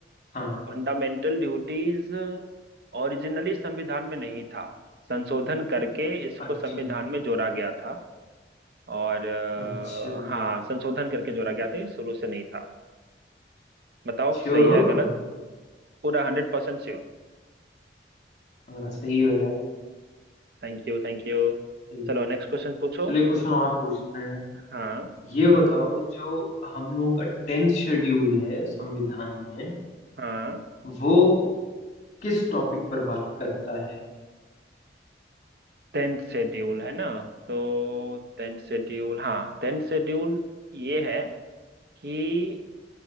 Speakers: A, on the left (about 40°); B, on the right (about 60°).
A: हाँ
B: फंडामेंटल ड्यूटीज ओरिजिनली संविधान में नहीं था संशोधन करके इसको
A: अच्छा
B: संविधान में जोड़ा गया था और अ,
A: अच्छा
B: हाँ संशोधन करके जोड़ा गया था ये शुरू से नहीं था बताओ
A: श्योर
B: सही
A: हो
B: है गलत
A: तुम
B: पूरा हंड्रेड परसेंट sure
A: हाँ सही हो यार
B: Thank you thank you
A: सही
B: चलो नेक्स्ट क्वेश्चन पूछो
A: चलिए क्वेश्चन और पूछते हैं
B: हाँ
A: ये बताओ जो हम लोगों का टेंथ शेड्यूल है संविधान में
B: हाँ
A: वो किस टॉपिक पर बात करता है
B: टेंथ शेड्यूल है ना तो टेंथ शेड्यूल हाँ टेंथ शेड्यूल ये है कि